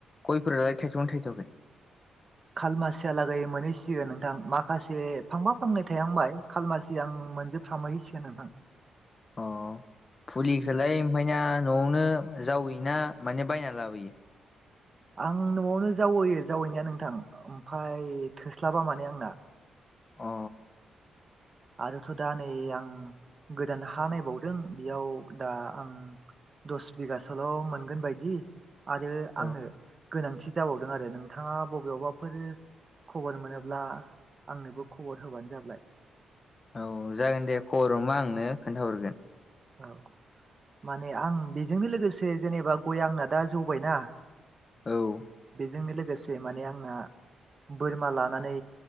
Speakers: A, on the left (about 30°); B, on the right (about 35°).
A: गयफोरालाय थायथदोंना थायथआखै?
B: खालमासियालागै मोनहैसिगोन नोंथां माखासे फांबा फांनै थायहांबाय खालमासि आं आं मोनजोबफामैसिगोन नोंथां।
A: अ। फुलिखौलाय ओमफायना न'आवनो जावैओना माने बायना लाबोयो?
B: आं न'आवनो जावैयो जावैनाया नोंथां ओमफाय थोस्लाबा माने आंना।
A: अ।
B: आरोथ' दा नै आं गोदान हा नायबावदों बेयाव दा आं दस बिगासोल' मोनगोन बायदि आरो
A: औ
B: आंनो गोनांथि जाबावदों आरो नोंथाङा बबेयावबाफोर खबर मोनोब्ला आंनोबो खबर होबानो जाबाय।
A: औ जागोन दे खबर हमबा आं नो खोन्थाहरगोन।
B: औ माने आं बेजोंनो लोगोसे जेनेबा गय आंना दा जौबायना
A: औ।
B: बेजोंनो लोगोसे माने आंना बोरमा लानानै